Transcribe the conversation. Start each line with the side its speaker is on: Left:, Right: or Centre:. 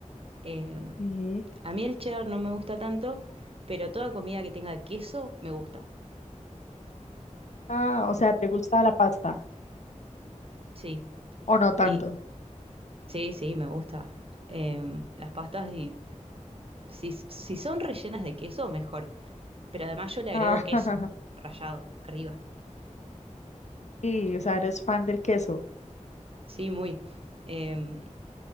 Right: Em,
Left: Sí.
Right: a mí el cheddar no me gusta tanto, pero toda comida que tenga queso me gusta.
Left: Ah, o sea, ¿te gusta la pasta
Right: Sí.
Left: o no tanto?
Right: Y sí, sí, me gusta. Em, las pastas, y, si, si son rellenas de queso, mejor. Pero además yo le agrego
Left: Ah,
Right: queso
Left: <laughs>
Right: rallado arriba.
Left: sí, o sea, eres fan del queso.
Right: Sí, muy. Em,